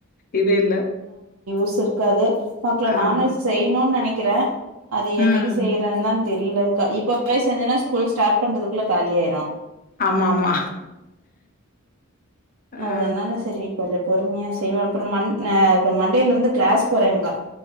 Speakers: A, on the left; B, on the right.
A: இது இல்ல
B: <unintelligible> இருக்காது பாக்கள நானு
A: ஆமா.
B: செய்ணுன்னு நினைக் க்கிறே அது என்னைக்கு
A: ம்.
B: செய்யறனன். தெரியலங்கா இப்போ போய் செஞ்சனா ஸ்கூல் ஸ்டார்ட் பண்றதுக்குள்ள காலியாயிரும்
A: ஆமாமா
B: அதனால
A: ஆ
B: சரி கொஞ்சொ பொறுமையா செய்வோ அப்பற மண் ஏ மண்டைல இருந்து க்ளாஸ் போறேங்கா